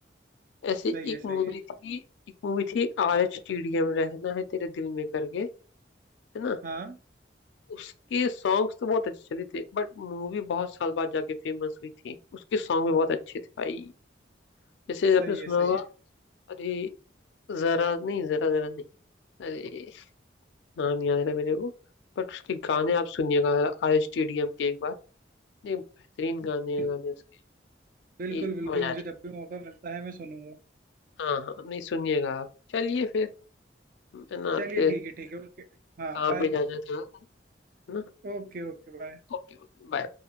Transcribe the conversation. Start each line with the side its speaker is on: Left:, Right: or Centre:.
Left: ऐसे
Right: सही
Left: एक
Right: है
Left: मूवी
Right: सही है
Left: थी एक मूवी थी आर एच टी डी एम रहना है तेरे दिल में करके है ना
Right: हाँ
Left: उसके सॉन्ग्स तो बहुत अच्छे चले थे बट मूवी बहुत साल बाद जाके फेमस हुई थी उसके सॉन्ग भी बहुत अच्छे थे भाई जैसे
Right: सही
Left: आपने सुना
Right: है सही
Left: होगा
Right: है
Left: अरे जरा नहीं जरा जरा नहीं अरे नाम याद आ रहा है मेरे को बट उसके गाने आप सुनिएगा आर एच टी डी एम के एक बार नहीं बेहतरीन गाने
Right: बिल-
Left: हैं गाने उसके
Right: बिल्कुल
Left: कि
Right: बिल्कुल
Left: मजा
Right: मुझे
Left: आ जाए
Right: जब भी मौका मिलता है मैं सुनूंगा
Left: हाँ हाँ नहीं सुनिएगा आप चलिए फिर है ना
Right: चलिए
Left: फिर
Right: ठीक है ठीक है ओके हाँ
Left: काम
Right: बाय
Left: पे जाना था है ना
Right: Okay okay bye
Left: Okay okay bye